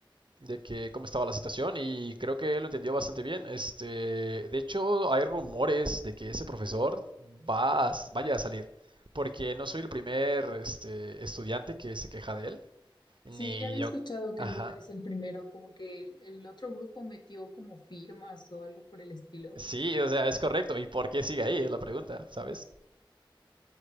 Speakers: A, on the right; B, on the left.
A: de que cómo estaba la situación. Y creo que él lo entendió bastante bien. Este, de hecho, hay rumores de que ese profesor va a s- vaya a salir. Porque no soy el primer este, estudiante que se queja de él. Ni
B: Sí, ya había
A: yo.
B: escuchado que
A: Ajá.
B: no eres el primero, como que el, el otro grupo metió como firmas o algo por el estilo.
A: Sí, o sea, es correcto. ¿Y por qué sigue ahí? Es la pregunta, ¿sabes?